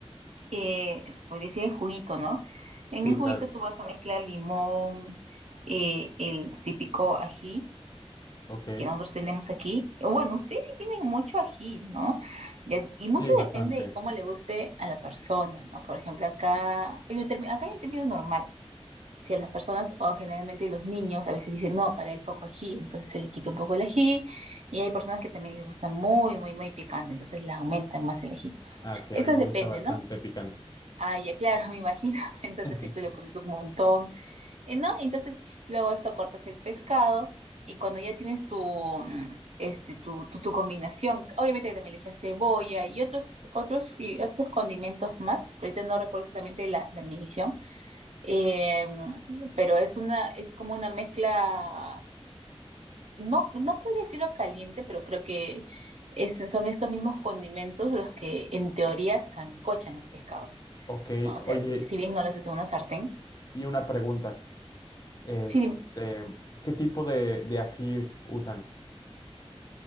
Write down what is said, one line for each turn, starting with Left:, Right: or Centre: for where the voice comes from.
Right: eh, se podría decir el juguito, ¿no? En
Left: sí,
Right: el juguito
Left: claro.
Right: tú vas a mezclar limón, eh, el típico ají
Left: Ok,
Right: que nosotros tenemos aquí. O Bueno, ustedes sí tienen mucho ají, ¿no? Ya- y mucho
Left: sí, bastante.
Right: depende de cómo le guste a la persona, ¿no? Por ejemplo, acá hay un término, acá hay un término normal. Si a las personas o generalmente los niños a veces dicen, no, para él poco ají, entonces se le quita un poco el ají. Y hay personas que también les gusta muy, muy, muy picante, entonces le aumentan más el ají.
Left: Ah, sí,
Right: Eso
Left: a mí me
Right: depende,
Left: gusta bastante
Right: ¿no?
Left: picante.
Right: Ah, ya, claro, <laughs> me imagino. Entonces
Left: <laughs>
Right: ahí tú le pones un montón, eh, ¿no? Entonces luego esto cortas el pescado y cuando ya tienes tu, mm, este, tu, tu, tu combinación, obviamente que también le echas cebolla y otros, otros, y otros condimentos más. que Ahorita no recuerdo exactamente la, la medición, eh, mm, pero es una, es como una mezcla, no, no podría decirlo caliente, pero creo que es- son estos mismos condimentos los que en teoría sancochan el pescado.
Left: Ok,
Right: No, o
Left: oye,
Right: sea, si bien no lo haces en una sartén.
Left: y una pregunta. Este,
Right: Sí, dime.
Left: ¿qué tipo de, de ají usan?